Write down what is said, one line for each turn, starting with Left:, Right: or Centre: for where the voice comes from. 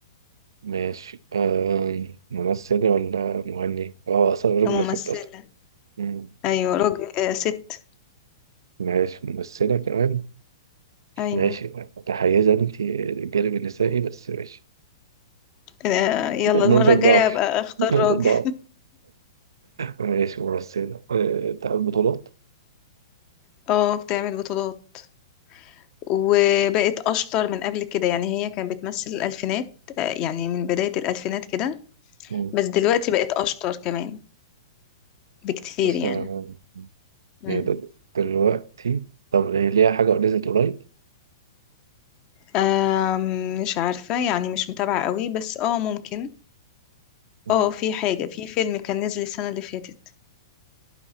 Right: ماشي آه ممثلة ولا مغني؟ اه أصلا راجل
Left: ممثله
Right: ولا ست أصلا مم.
Left: ايوه راجل آه ست
Right: ماشي ممثلة كمان
Left: ايوه
Right: ماشي متحيزة أنت للجانب النسائي بس ماشي
Left: آه يلا
Right: نقطة
Left: المره الجايه
Right: ضعف
Left: ابقى اختار
Right: نقطة
Left: راجل
Right: ضعف ماشي ممثلة آه بتاعت بطولات
Left: <laughs> اه بتعمل بطولات وبقت اشطر من قبل كده يعني هي كانت بتمثل الالفينات آه يعني من بدايه الالفينات كده
Right: مم.
Left: بس دلوقتي بقت اشطر كمان بكتير
Right: بس
Left: يعني
Right: آه
Left: مم.
Right: هي دل- دلوقتي طب هي ليها حاجة نزلت قريب؟
Left: آم، مش عارفة يعني مش متابعة قوي بس اه ممكن
Right: <laughs>
Left: اه في حاجة في فيلم كان نزل السنة اللي فاتت